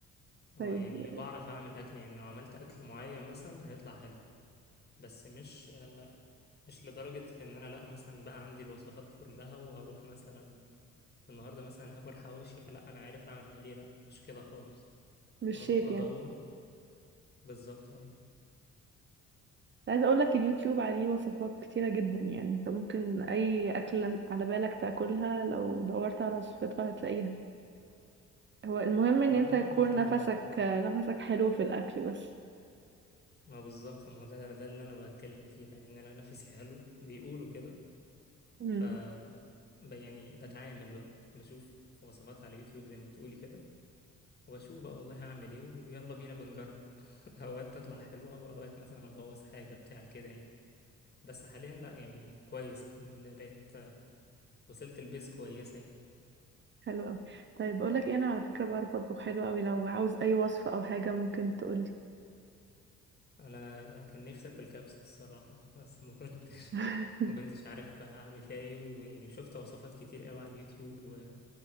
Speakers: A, on the right; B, on the left.
A: <laughs>
B: اه
A: طيب
B: يعني بعرف اعمل اكل يعني لو عملت اكل معين مثلا هيطلع حلو بس مش آه، مش لدرجه ان انا لا مثلا بقى عندي الوصفات كلها وهروح مثلا النهارده مثلا هاكل حواوشي فلا انا عارف اعمل ايه لا مش كده خالص
A: مش
B: اروح
A: شيف
B: بقى ادور
A: يعني
B: بالظبط ايوه
A: عايزه اقول لك اليوتيوب عليه وصفات كتيره جدا يعني انت ممكن اي اكل على بالك تاكلها لو دورت على وصفتها هتلاقيها هو المهم ان
B: ما
A: انت
B: انا
A: يكون
B: بعمل كده
A: نفسك
B: اه
A: نفسك حلو في الاكل بس
B: ما بالظبط ما هو ده ده اللي انا بتكلم فيه بقى ان انا نفسي حلو بيقولوا كده
A: مم.
B: ف ب- يعني بتعامل بقى بشوف وصفات على يوتيوب زي ما بتقولي كده واشوف بقى والله هعمل ايه ويلا بينا بنجرب <laughs> اوقات تطلع حلوة واوقات مثلا ابوظ حاجة بتاع كده يعني بس حاليا لا يعني كويس الحمد لله بقيت وصلت البيز كويسة يعني
A: حلو قوي طيب بقول لك ايه انا على فكره بعرف اطبخ حلو قوي لو عاوز اي وصفه او حاجه ممكن تقولي
B: انا كان نفسي اكل كبسة الصراحة بس ما كنتش
A: <laughs>
B: <laughs> ما كنتش عارف اعمل فيها ايه ويعني شفت وصفات كتير قوي على اليوتيوب و...